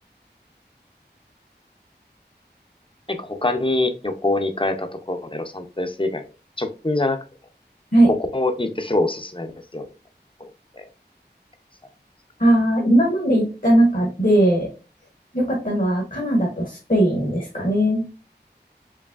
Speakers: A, on the left (about 30°); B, on the left (about 50°).
A: 何か他に旅行に行かれたところで、ロサンゼルス以外で、直近じゃなくても、
B: はい。
A: ここに行ってすごいおすすめですよ、みたいなところって、たくさんあります
B: あー今まで行った中で良かったのはカナダとスペインですかね。